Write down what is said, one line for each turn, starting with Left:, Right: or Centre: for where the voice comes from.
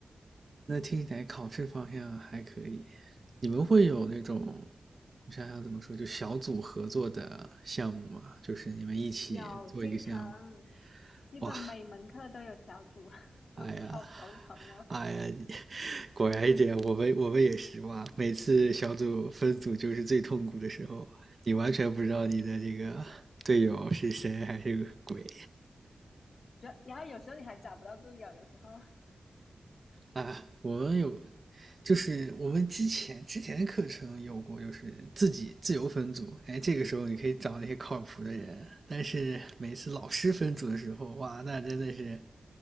Right: 那听起来考试方向还可以。你们会有那种，
Left: 嗯，
Right: 我想想怎么说，就小组合作的项目吗？就是你们一起做一个项目。
Left: 有经常，基本每门课都有小组，
Right: 哇，
Left: <laughs> 我好头疼哦。
Right: 哎呀，哎呀，<laughs> 果然一点，我们我们也是哇！每次小组分组就是最痛苦的时候，你完全不知道你的这个队友是谁还是个鬼
Left: 嗯。然然后有时候你还找不到队友，有时候
Right: 啊！我们有，就是我们之前之前的课程有过，就是自己自由分组，哎，这个时候你可以找那些靠谱的人，但是每次老师分组的时候，哇，那真的是